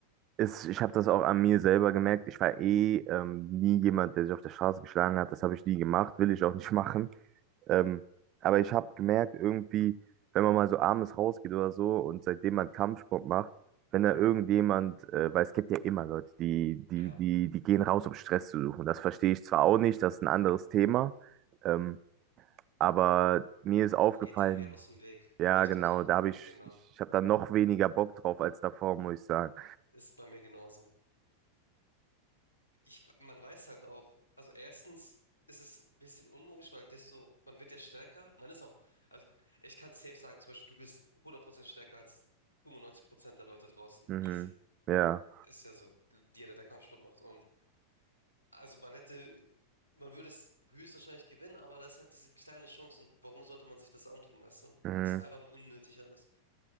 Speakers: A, on the right (about 35°); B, on the left (about 80°).
A: ist, ich habe das auch an mir selber gemerkt. Ich war eh ähm, nie jemand, der sich auf der Straße geschlagen hat. Das habe ich nie gemacht, will ich auch nicht <laughs> machen. Ähm, aber ich habe gemerkt, irgendwie, wenn man mal so abends rausgeht oder so und seitdem man Kampfsport macht, wenn da irgendjemand, äh, weil es gibt ja immer Leute, die, die,
B: Ja,
A: die, die gehen raus, um Stress zu suchen. Das verstehe ich zwar auch nicht, das ist ein anderes Thema, ähm, aber mir ist aufgefallen,
B: Man geht dem mehr aus dem Weg,
A: ja,
B: richtig?
A: genau, da habe ich,
B: Genau.
A: ich habe da noch weniger Bock drauf als davor, muss ich sagen.
B: Ist bei mir genauso. Ich, man weiß halt auch, also erstens ist es ein bisschen unlogisch, weil desto, man wird ja stärker, man ist auch, also ich kann safe sagen, zum Beispiel, du bist 100% stärker als 95% der Leute draußen.
A: Mhm.
B: Easy.
A: Ja.
B: Ist ja so, jeder, der Kampfsport macht. Und also man hätte, man würde es höchstwahrscheinlich gewinnen, aber das ist halt diese kleine Chance und warum sollte man sich das antun, weißt du?
A: Mhm.
B: Ist einfach nur unnötig alles.